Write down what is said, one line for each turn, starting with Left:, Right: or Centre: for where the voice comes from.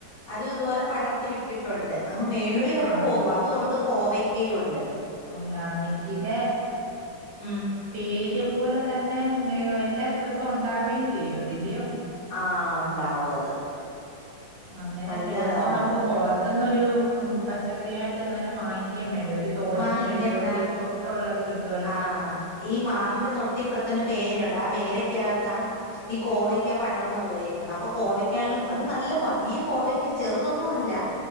Left: അതും ഇതുപോലെ പടർത്തി വിട്ടിട്ടുണ്ട്. അങ്ങ് മേളി വരെ
Right: ആഹ്
Left: പോകും. അതു ഒണ്ട് കോവയ്ക്കയൊണ്ട്.
Right: ഉണ്ടാ നിക്കില്ലേ
Left: ഉം
Right: പേര് പോലെ തന്നെ നേ എല്ലാ ദിവസവും ഒണ്ടാവേം ചെയ്യുവെ ല്യൊ.
Left: ആഹ് ഒണ്ടാവും അത്
Right: അന്നേരം
Left: നല്ലതാ
Right: ദിവസവും നമുക്ക്
Left: അത്
Right: പൊറത്ത്ന്നൊരു മ് പച്ചക്കറായിട്ട് അന്നേരം വാങ്ങിക്കേയും വേണ്ടെ രു തോരനും,
Left: വാങ്ങിക്കണ്ടാ
Right: മെഴുക്കു വെർട്ടിക്കും ഒക്കെള്ളത് കിട്ടും
Left: ആഹ് ഈ മാവിൻ്റെ തൊട്ടിപ്പുറത്തെന്നെ പേര ഒണ്ട്. ആ പേരക്കെകത്താ ഈ കോവയ്ക്ക പടർന്ന് പോയേക്കുന്നെ അപ്പം കോവയ്ക്കേലും അത് നല്ല വലിയ കോവ യ്ക്ക ചെറുതൊന്നും അല്ല.